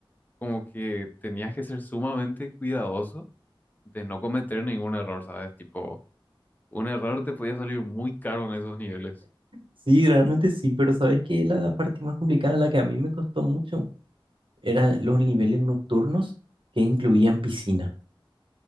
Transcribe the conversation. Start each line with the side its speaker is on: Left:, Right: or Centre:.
Left: como que tenías que ser sumamente cuidadoso de no cometer ningún error, ¿sabes? Tipo, un error te podía salir muy caro en esos niveles.
Right: Sí, realmente sí, pero ¿sabes qué? La, la parte más complicada, la que a mí me costó mucho, eran los niveles nocturnos que incluían piscina.